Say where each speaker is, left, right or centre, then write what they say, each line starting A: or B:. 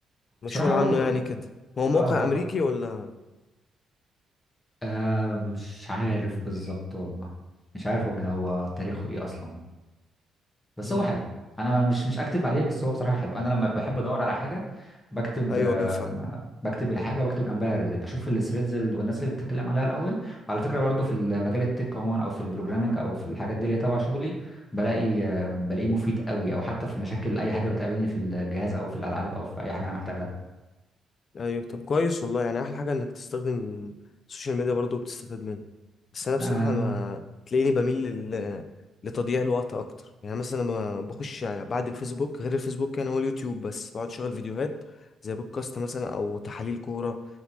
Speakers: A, on the left; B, on the left.
A: مشهور
B: بصراحه
A: عنه
B: هو كان
A: يعني كده هو موقع
B: اه هو
A: امريكي ولا
B: آه مش عارف بالظبط والله مش عارف هو جن- هو تاريخه ايه اصلا بس
A: امم
B: هو حلو انا مش مش اكتب عليه بس هو بصراحه حلو انا لما بحب ادور على حاجه بكتب
A: ايوه
B: آه،
A: ايوه فاهم
B: ما- بكتب الحاجه وبكتب جنبها ريديت بشوف الثريدز والناس اللي بتتكلم عليها الاول وعلى فكره برضو في المجال التك عموما او في البروجرامنج او في الحاجات دي اللي هي تبع شغلي بلاقي آه، بلاقيه مفيد قوي او حتى في مشاكل اي حاجه بتقابلني في الجهاز او في الالعاب او في اي حاجه انا محتاجها
A: ايوه طب كويس والله يعني احلى حاجه انك تستخدم السوشيال ميديا برضو بتستفاد منه بس انا بصراحه
B: اه
A: ما تلاقيني بميل لل... لتضييع الوقت اكتر يعني مثلا لما بخش يعني بعد الفيسبوك غير الفيسبوك يعني هو اليوتيوب بس بقعد اشغل فيديوهات زي بودكاست مثلا او تحاليل كوره